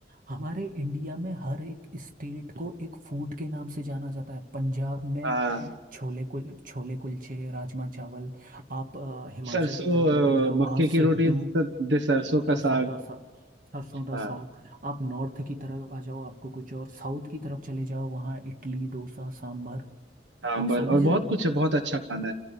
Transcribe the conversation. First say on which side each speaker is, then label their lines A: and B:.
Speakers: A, on the right; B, on the right.
A: हमारे इंडिया में हर एक स्टेट को एक फूड के नाम से जाना जाता है पंजाब में
B: हाँ
A: छोले कुल छोले कुलचे राजमा चावल आप अ, हिमाचल
B: सरसों
A: की तरफ
B: अ,
A: निकल जाओ वहाँ
B: मक्के की
A: सिड्डू
B: रोटी तो- दे सरसों
A: सरसों
B: का साग
A: दा सा सरसों दा
B: हाँ
A: साग आप नॉर्थ की तरफ आ जाओ आपको कुछ और साउथ की तरफ चले जाओ वहाँ इडली डोसा सांभर
B: सांबर
A: आप समझ
B: और बहुत
A: रहे हो
B: कुछ है बहुत अच्छा खाना